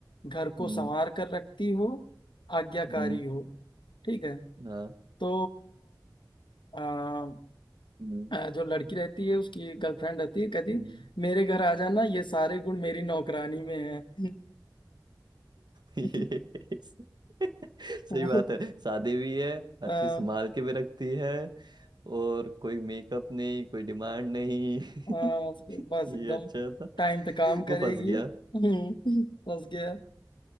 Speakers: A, on the left (about 80°); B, on the right (about 65°).
A: घर को
B: हम्म,
A: संवार कर रखती हो आज्ञाकारी
B: हम्म,
A: हो ठीक है
B: हाँ
A: तो अ,
B: हम्म
A: अ, जो लड़की रहती है उसकी गर्लफ्रेंड रहती है कहती
B: हम्म।
A: मेरे घर आ जाना ये सारे गुण मेरी नौकरानी में है
B: <laughs> ये
A: <laughs>
B: <laughs> सही
A: वो
B: बात है शादी भी है हर
A: हाँ
B: चीज संभाल के भी रखती है और कोई मेकअप नहीं कोई डिमांड नहीं <laughs>
A: हाँ उसके पास
B: ये
A: एकदम
B: अच्छा था
A: टाइम पे काम करेगी
B: वो फंस गया
A: हम्म, बस गया